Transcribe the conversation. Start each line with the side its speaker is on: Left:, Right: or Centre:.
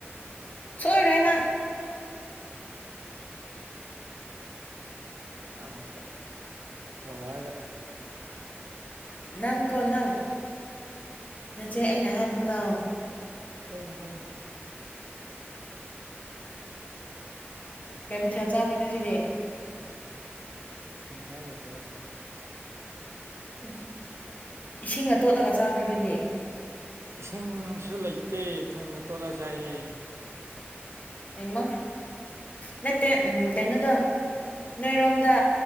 Left: ꯁꯣꯏꯔꯦꯅꯥ
Right: ꯃꯥꯅꯦꯠꯇ ꯍꯒ
Left: ꯅꯪ ꯀꯣ ꯅꯪ ꯅꯆꯦ ꯑꯩꯅ ꯍꯥꯏꯕ ꯇꯥꯎꯑꯣ
Right: ꯍꯣꯏꯅꯦ ꯍꯣꯏꯅꯦ
Left: ꯀꯩ ꯃꯊꯦꯜ ꯆꯥꯕ꯭ꯔꯥꯣ ꯉꯁꯤꯗꯤ
Right: ꯊꯣꯡꯅꯤꯡꯉꯥꯏ ꯂꯩꯇꯕ
Left: ꯎ ꯏꯁꯤꯡꯅ ꯇꯣꯠꯂꯒ ꯆꯥꯕ꯭ꯔꯣ ꯑꯗꯨꯗꯤ
Right: ꯏꯁꯤꯡꯁꯨ ꯂꯩꯇꯦ ꯊꯨꯝꯒ ꯇꯣꯠꯂ ꯆꯥꯏꯌꯦ
Left: ꯏꯃ ꯅꯠꯇ ꯎ ꯇꯩꯅꯣꯗꯣ ꯅꯣꯏꯔꯣꯝꯗ